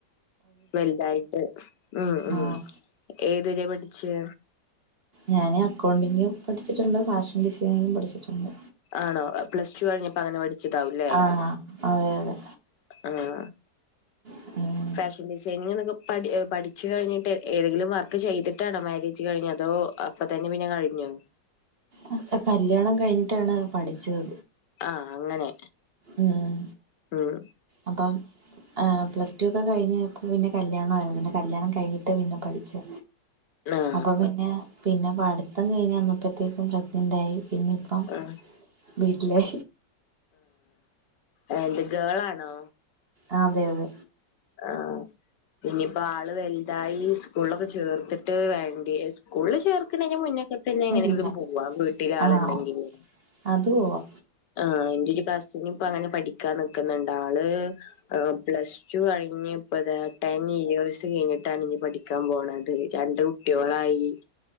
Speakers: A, on the left; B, on the right.
A: വൽതായിട്ട് ഉം ഉം
B: ആഹ്
A: ഏത് ര്യ പഠിച്ചേ
B: ഞാന് അക്കൗണ്ടിംഗ് പഠിച്ചിട്ടുണ്ട് ഫാഷൻ ഡിസൈനിങ്ങും പഠിച്ചിട്ടുണ്ട്
A: ആണോ അ പ്ലസ് ടു കഴിഞ്ഞപ്പതന്നെ പഠിച്ചിട്ടാവൂല്ലേ
B: ആഹ് അതെ അതെ
A: ആഹ
B: <inaudible>
A: ഫാഷൻ ഡിസൈനിങ്ങനൊക്കെ പഠി എ പഠിച്ചു കഴിഞ്ഞിട്ട് എ ഏതെങ്കിലും വർക്ക് ചെയ്ത്ട്ടാണോ മാരേജ് കഴിഞ്ഞതോ പ്പൊ തന്നെ പിന്നെ കഴിഞ്ഞോ
B: അ അ കല്ല്യാണം കഴിഞ്ഞിട്ടാണ് പഠിച്ചത്
A: അ അങ്ങനെ
B: ഉം
A: ഉം
B: അപ്പോ ആ പ്ലസ്ടു ഒക്കെ കഴിഞ്ഞപ്പോ പിന്നെ കല്യാണായിരുന്നു കല്യാണം കഴിഞ്ഞിട്ടാ പിന്നെ പഠിച്ചെ
A: ആ
B: അപ്പൊ പിന്നെ പിന്നെ പഠിത്തം കഴിഞ്ഞന്നപ്പോത്തേക്കും പ്രഗ്നന്റായി പിന്നെ അ
A: ആ
B: വീട്ടിലേ
A: ആ എന്ത് ഗേളാണോ
B: അ അതെയതെ
A: ആഹ്‌ ഇനിയിപ്പോ ആള് വൽതായി ഇസ്കൂൾളൊക്കെ ചേർത്തിട്ട് വേണ്ടി ഇസ്കൂളിൽ ചേർക്കണേന് മുന്നൊക്കെ പിന്നെ എങ്ങനെങ്കിലും
B: ഇല്ല
A: പോവാ വീട്ടിലാളിണ്ടെങ്കില്
B: ആഹ് അത് പോവാ
A: ആ എന്റൊരു കസിനിപ്പങ്ങനെ പഠിക്കാൻ നിക്ക്ന്ന്ണ്ടാള് എ പ്ലസ് ടു കഴിഞ്ഞിപ്പതാ ട്ടെൻ ഇയസ് കഴിഞ്ഞിട്ടാനിനി പഠി ക്കാൻ പോണത് രണ്ട് കുട്ട്യോളായി